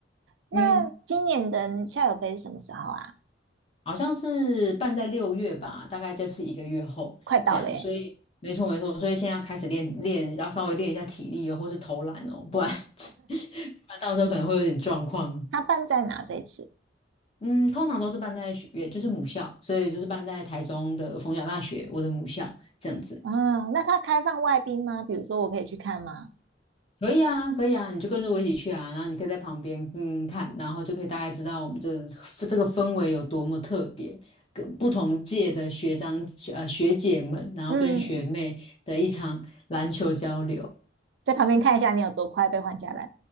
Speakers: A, on the right (about 75°); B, on the left (about 30°).
A: 那今年的校友杯是什么时候啊？
B: 嗯。好像是办在六月吧，大概就是一个月后这样，
A: 快到了耶，
B: 所以没错没错，所以现在开始练练，要稍微练一下体力哦，或是投篮哦，不然 <laughs> 不然到时候可能会有点状况。
A: 它办在哪这一次？
B: 嗯，通常都是办在学，也就是母校，所以就是办在台中的逢甲大学，我的母校这样子。
A: 嗯，那它开放外宾吗？比如说我可以去看吗？
B: 可以啊，可以啊，你就跟着我一起去啊，然后你可以在旁边嗯看，然后就可以大概知道我们这这个氛围有多么特别，跟不同届的学长呃学姐们，然后跟学妹的一场篮球交流
A: 嗯，在旁边看一下你有多快被换下来。